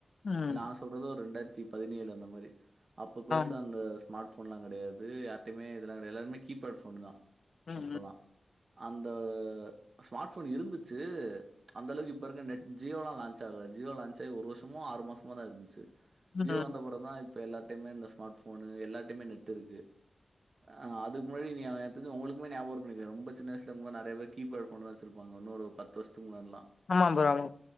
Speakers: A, on the left; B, on the right.
A: ம்
B: நா சொல்றது ஒரு ரெண்டாயிரத்தி பதினேழு அந்த மாரி அப்போ பெருசா
A: ஆம்
B: அந்த ஸ்மார்ட் ஃபோன்லா கெடயா து யார்டேமே இதெல்லா கெடயாது எல்லாருமே கீபேட் ஃபோன் தா
A: ம்
B: அப்போலா அந்த ஸ்மார்ட்ஃபோன் இருந்துச்சு அந்தளவுக்கு இப்ப இருக்க நெட் ஜியோலா லான்ச் ஆகல ஜியோ லான்ச் ஆகி ஒரு வருஷமா ஆறு மாசமோதா இருந்ச்சு
A: ம் ம்
B: ஜியோ வந்த அப்பறந்தா இப்ப எல்லார்டையுமே இந்த ஸ்மார்ட் போனு எல்லார்டையுமே நெட் இருக்கு ஆ அதுக் முன்னாடி நீ எனக்தெரிஞ்சு உங்களுக்குமே நியாபகம் இருக்கும்னு நெனைக்கிறே ரொம்ப சின்ன வயசுல இருக்கும் போது நெறைய பேர் கீபேட் போனு தா வச்சிருப்பாங்க இன்னொரு பத் து வருசஷத்துக்கு முன்னாட்லா
A: ஆமா ப்ரோ